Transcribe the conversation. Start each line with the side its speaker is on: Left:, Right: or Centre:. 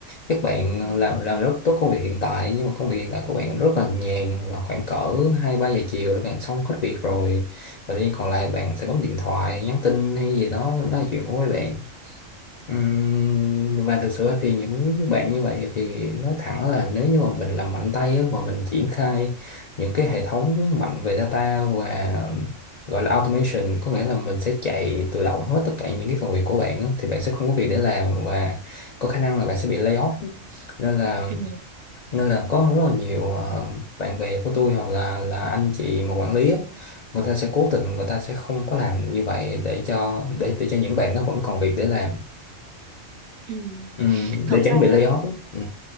Left: các bạn
Right: ừ
Left: làm làm rất tốt công việc hiện tại nhưng mà công việc hiện tại của bạn rất là nhàn và khoảng cỡ hai ba giờ chiều các bạn xong hết việc rồi và thì còn lại bạn sẽ bấm điện thoại, nhắn tin hay gì đó, đó là chuyện của mấy bạn. Ừm, và thực sự thì những bạn như vậy thì nói thẳng là nếu như mà mình làm mạnh tay á, mà mình triển khai những cái hệ thống mạnh về data và gọi là automation, có nghĩa là mình sẽ chạy tự động hết tất cả những cái phần việc của bạn á, thì bạn sẽ không có việc để làm và có khả năng là bạn sẽ bị lay off. Nên là
Right: ừ,
Left: nên là có rất là nhiều ờ, bạn bè của tôi hoặc là là anh chị mà quản lý á, người ta sẽ cố tình người ta sẽ không có làm như vậy để cho để để cho những bạn đó vẫn còn việc để làm
Right: ừ.
Left: ừ,
Right: thật
Left: để tránh
Right: ra
Left: bị layoff ừ.